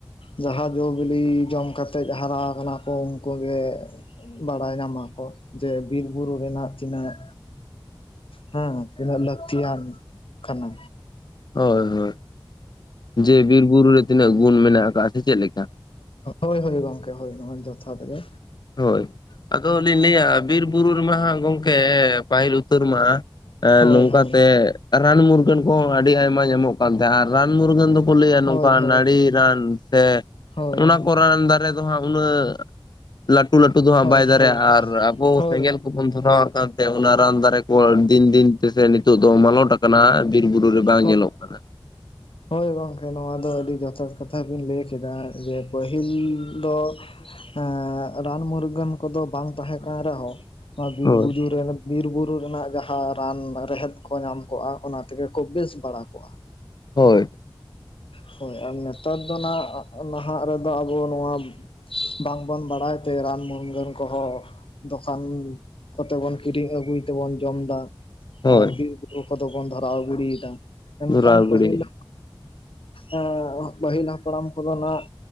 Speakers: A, on the left; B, on the left.
A: ᱡᱟᱦᱟᱸ ᱡᱚ ᱵᱤᱞᱤ ᱡᱚᱢ ᱠᱟᱛᱮᱡ ᱦᱟᱨᱟ ᱟᱠᱟᱱᱟ ᱠᱚ ᱩᱱᱠ ᱜᱮ ᱵᱟᱲᱟᱭ ᱧᱟᱢᱟᱠᱚ ᱡᱮ ᱵᱤᱨᱵᱩᱨᱩ ᱨᱮᱱᱟᱜ ᱛᱤᱱᱟᱹᱜ
B: <inaudible>
A: ᱦᱮᱸ ᱛᱤᱱᱟᱹᱜ ᱞᱟᱹᱠᱛᱤᱭᱟᱱ ᱠᱟᱱᱟ᱾
B: ᱦᱳᱭ ᱦᱳᱭ ᱡᱮ ᱵᱤᱨ ᱵᱩᱨᱩ ᱨᱮ ᱛᱤᱱᱟᱹᱜ ᱜᱩᱱ ᱢᱮᱱᱟᱜ ᱟᱠᱟᱫ-ᱟ ᱥᱮ ᱪᱮᱫ ᱞᱮᱠᱟ?
A: ᱦᱳᱭ ᱦᱳᱭ ᱜᱚᱢᱠᱮ ᱦᱳᱭ ᱱᱚᱣᱟ ᱡᱚᱛᱷᱟᱛ ᱜᱮ᱾
B: ᱦᱳᱭ ᱟᱫᱚ ᱞᱤᱧ ᱞᱟᱹᱭᱟ ᱵᱤᱨ ᱵᱩᱨᱩ ᱨᱮᱢᱟ ᱦᱟᱸᱜ ᱜᱚᱢᱠᱮ ᱯᱟᱹᱦᱤᱞ ᱩᱛᱟᱹᱨ ᱢᱟ
A: ᱦᱳᱭ
B: ᱱᱚᱝᱠᱟᱛᱮ
A: ᱦᱳᱭ
B: ᱨᱟᱱ ᱢᱩᱨᱜᱟᱹᱱ ᱠᱚᱦᱚᱸ ᱟᱹᱰᱤ ᱟᱭᱢᱟ ᱧᱟᱢᱚᱜ ᱠᱟᱱ ᱛᱟᱦᱮᱸᱱᱟ ᱟᱨ ᱨᱟᱱ ᱢᱩᱨᱜᱟᱹᱱ ᱫᱚ ᱠᱚ ᱞᱟᱹᱭᱟ
A: ᱦᱳᱭ
B: ᱱᱚᱝᱠᱟ
A: ᱦᱳᱭ
B: ᱱᱟᱹᱲᱤ
A: ᱦᱳᱭ
B: ᱨᱟᱱ ᱥᱮ
A: ᱦᱳᱭ
B: ᱚᱱᱟ ᱠᱚ ᱨᱟᱱ ᱫᱟᱨᱮ ᱫᱚ ᱦᱟᱸᱜ ᱩᱱᱟᱹᱜ ᱞᱟᱹᱴᱩ ᱞᱟᱹᱴᱩ ᱫᱚ ᱦᱟᱸᱜ
A: ᱦᱳᱭ
B: ᱵᱟᱭ ᱫᱟᱨᱮᱜᱭᱟᱜᱼᱟ
A: ᱦᱳᱭ
B: ᱟᱨ ᱟᱵᱚ
A: ᱦᱳᱭ
B: ᱥᱮᱸᱜᱮᱞ ᱠᱚᱵᱚᱱ ᱫᱷᱚᱨᱟᱣ ᱠᱟᱱᱛᱮ ᱚᱱᱟ ᱨᱟᱱ ᱫᱟᱨᱮ ᱠᱚ ᱫᱤᱱ ᱫᱤᱱ ᱛᱮᱥᱮ ᱱᱤᱛᱚᱜ ᱫᱚ ᱢᱟᱞᱚᱴ ᱟᱠᱟᱱᱟ ᱵᱤᱨ ᱵᱩᱨᱩ ᱨᱮ ᱵᱟᱝ
A: ᱦᱳᱭ
B: ᱧᱮᱞᱚᱜ ᱠᱟᱱᱟ᱾
A: ᱦᱳᱭ ᱜᱚᱝᱠᱮ ᱱᱚᱣᱟ ᱫᱚ ᱟᱹᱰᱤ ᱡᱚᱛᱷᱟᱛ ᱠᱟᱛᱷᱟ ᱵᱤᱱ ᱞᱟᱹᱭ ᱠᱮᱫᱟ, ᱡᱮ ᱯᱟᱹᱦᱤᱞ ᱫᱚ ᱦᱮᱸ ᱨᱟᱱ ᱢᱩᱨᱜᱟᱹᱱ ᱠᱚᱫᱚ ᱵᱟᱝ ᱛᱟᱦᱮᱸ ᱠᱟᱱ ᱨᱮᱦᱚᱸ ᱱᱚᱣᱟ ᱵᱤᱨ
B: ᱦᱳᱭ
A: ᱵᱩᱡᱩᱨ ᱨᱮᱱ ᱵᱤᱨ ᱵᱩᱨᱩ ᱨᱮᱱᱟᱜ ᱡᱟᱦᱟᱸ ᱨᱟᱱ ᱨᱮᱦᱮᱫ ᱠᱚ ᱧᱟᱢ ᱠᱚᱜᱼᱟ ᱚᱱᱟ ᱛᱮᱜᱮ ᱠᱚ ᱵᱮᱥ ᱵᱟᱲᱟ ᱠᱚᱜᱼᱟ᱾
B: ᱦᱳᱭ
A: ᱦᱳᱭ ᱟᱨ ᱱᱮᱛᱟᱨ ᱫᱚ ᱱᱷᱟᱜ ᱱᱟᱦᱟᱜ ᱨᱮᱫᱚ ᱟᱵᱚ ᱱᱚᱣᱟ ᱵᱟᱝᱵᱚᱱ ᱵᱟᱲᱟᱭ ᱛᱮ ᱨᱟᱱ ᱢᱩᱨᱜᱟᱹᱱ ᱠᱚᱦᱚᱸ ᱫᱚᱠᱟᱱ ᱠᱚᱛᱮ ᱵᱩᱱ ᱠᱤᱨᱤᱧ ᱟᱹᱜᱩᱭ ᱛᱮᱵᱚᱱ ᱡᱚᱢ ᱫᱟ᱾
B: ᱦᱳᱭ
A: ᱟᱨ ᱵᱤᱨ ᱵᱩᱨᱩ ᱠᱚᱫᱚ ᱵᱚᱱ ᱫᱷᱟᱨᱟᱣ ᱜᱤᱰᱤᱭ ᱮᱫᱟ, ᱮᱠᱷᱟᱱ
B: ᱫᱷᱚᱨᱟᱣ ᱜᱤᱲᱤ
A: ᱯᱟᱹᱦᱤᱞ ᱮᱸ ᱯᱟᱹᱦᱤᱞ ᱦᱟᱯᱲᱟᱢ ᱠᱚᱫᱚ ᱱᱟᱦᱟᱜ